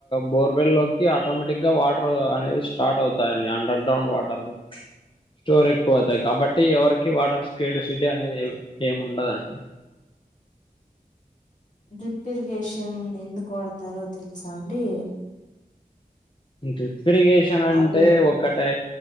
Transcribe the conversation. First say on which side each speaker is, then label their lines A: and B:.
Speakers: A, on the left; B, on the left.
A: బోర్వెల్ లోకి ఆటోమేటిక్ గా వాటర్ అనేది స్టార్ట్ అవుతాయండి అండర్ గ్రౌండ్ వాటర్
B: ఉ
A: స్టోర్ ఎక్కువ అవుతాయి కాబట్టి ఎవరికి వాటర్ స్కెడిసిటీ అనేది ఏం ఏముండదండి
B: డ్రిప్ ఇరిగేషన్ ఎందుకు వాడతారో తెలుసా అండి
A: డ్రిప్ ఇరిగేషన్ అంటే
B: అది
A: ఒక్ ఒకటే